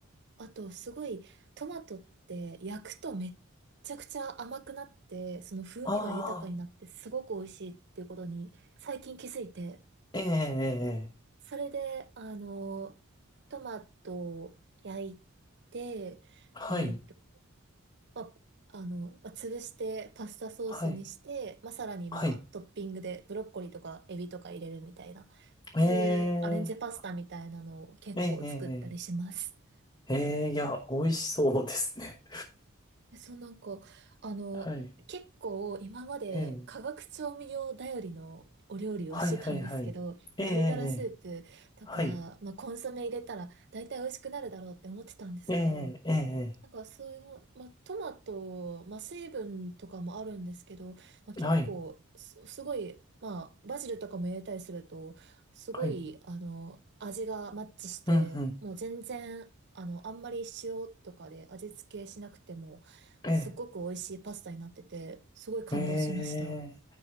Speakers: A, on the right (about 55°); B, on the left (about 20°).
A: あと、すごい、トマトって焼くとめっちゃくちゃ甘くなって、その風味が豊かになって、
B: ああ、
A: すごく美味しいっていうことに最近気づいて、
B: ええ、ええ、ええ
A: それで、あの、トマトを焼いて、
B: はい。
A: えーっと、まあ、あの、まあ潰してパスタソースにして、
B: はい。
A: まあ、さらにまあ、
B: はい。
A: トッピングでブロッコリーとかエビとか入れるみたいな、そういうアレンジパスタみたいなのを結構作ったりします。
B: ええ、ええ、ええ、ええいや、美味しそうですね。
A: そうなんか、あの、
B: <laughs> はい。
A: 結構今まで化学調味料頼りのお料理をしてたんですけど、
B: ええ、はいはいはい。ええ、
A: 鶏ガラスープとか、
B: ええ。はい。
A: まあ、コンソメ入れたら大体美味しくなるだろうって思ってたんですけど、
B: ええ、ええ、
A: なんかそういうの、まあ、トマト、まあ、水分とかもあるんですけど、まあ、結構す、
B: はい。
A: すごい、まあ、バジルとかも入れたりすると、すごい、
B: はい。
A: あの、味がマッチして、
B: うん、うん。
A: もう全然、あの、あんまり塩とかで味付けしなくても、
B: ええ、
A: すごく美味しいパスタになってて、すごい感動しました。
B: ええ、